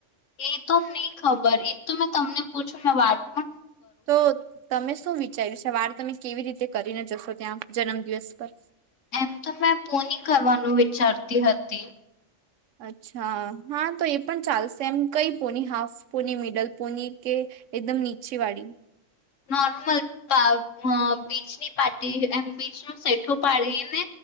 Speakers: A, on the left; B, on the right.
A: એ તો નહીં ખબર એ તો મેં તમને પૂછું વાળ.
B: તો તમે શું વિચાર્યું છે વાર તમે? કેવી રીતે કરીને જશો? ત્યાં જન્મ દિવસ પર
A: એમ તો મે પોની કરવાનું ચરતી હતી
B: અચ્છા હા તો એ પણ ચાલશે એમ કઈ pony half pony middle pony કે એકદમ નીચે વાળી
A: નોર્મલ પા અ બીચની પાટી એમ બીચ ન સેઠો પાડીને